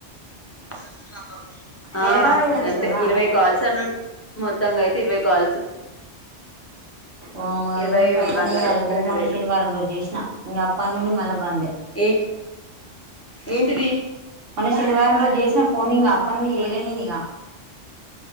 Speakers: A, on the left; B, on the right.
A: <unintelligible>
B: వేరేగానే
A: ఆ
B: వేయచ్చు
A: అంటే
B: కదా
A: ఇరవై కాల్స్ అని మొత్తంగా అయితే ఇరవై కాల్స్
B: వామ్మో
A: ఇరవై
B: ఇగ నేన్ ట్రై అన్నజెయ్యాలి
A: వందలు రెండు
B: మొన్న
A: వేలు
B: శనివారం రోజు చేసిన ఇకా అప్పాయి నుండి మళ్ళా బందే
A: ఏ ఏంటిది
B: మొన్న శనివారం రోజు చేస్ న ఫోన్ ఇంగ ఆపనుండి ఏయలేని నిగా